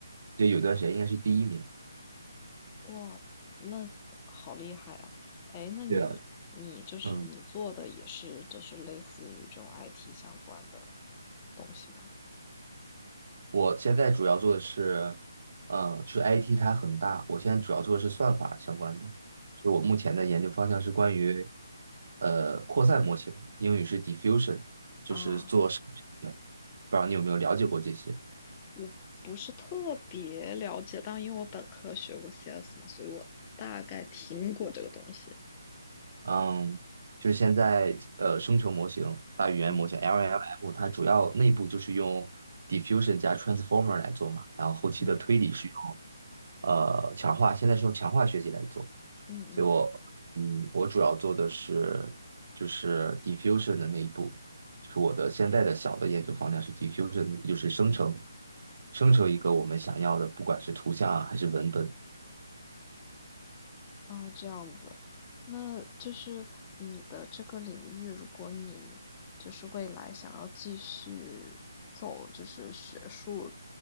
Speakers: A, on the right; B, on the left.
A: 就有段时间应该是第一名。
B: 哇，那好厉害啊！哎，那你你就是你做的也是就是类似于这种
A: 对啊，嗯，
B: IT 相关的东西吗？
A: 我现在主要做的是，呃，就 IT 它很大，我现在主要做的是算法相关的，就是我目前的研究方向是关于，呃，扩散模型，英语是 diffusion，就是做生成的
B: 啊，
A: 不知道你有没有了解过这些？
B: 我不是特别了解，但因为我本科学过 CS 嘛，所以我大概听过这个东西。
A: 嗯，就是现在呃，生成模型、大语言模型
B: 嗯
A: （LLM），它主要内部就是用 diffusion 加 transformer 来做嘛，然后后期的推理是用
B: 嗯
A: 呃强化，现在是用强化学习来做。
B: 嗯嗯
A: 所以我嗯，我主要做的是就是 diffusion 的那一步，就是我的现在的小的研究方向是 diffusion，就是生成生成一个我们想要的，不管是图像啊还是文本。
B: 哦，这样子，那就是你的这个领域，如果你就是未来想要继续走就是学术